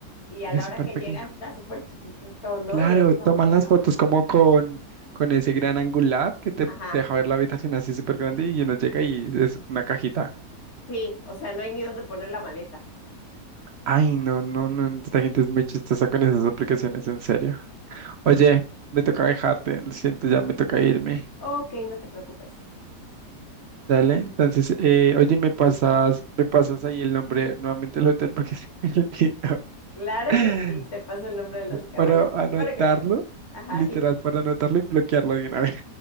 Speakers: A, on the left (about 55°); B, on the right (about 65°).
A: y a
B: Y
A: la
B: es súper
A: hora que
B: pequeño.
A: llegas está súper chiquitito, ¿no?
B: Claro,
A: Y así como
B: toman
A: que,
B: las
A: ah.
B: fotos como con, con ese gran angular que te
A: Ajá,
B: deja ver la habitación así súper grande y uno llega y es una cajita.
A: sí, o sea, no hay ni dónde poner la maleta.
B: Ay, no, no, no, esta gente es muy chistosa con esas aplicaciones, en serio. Oye, me toca
A: Mm,
B: dejarte, lo siento, ya me toca irme.
A: Ok, no te preocupes.
B: Dale, entonces, eh, oye, me pasas, me pasas ahí el nombre nuevamente del hotel porque <laughs> se me olvidó.
A: Claro
B: <laughs>
A: que sí, te paso el nombre de las cabañas
B: Para anotarlo,
A: para que no vayas. Ajá,
B: literal,
A: y
B: para anotarlo y bloquearlo de una vez.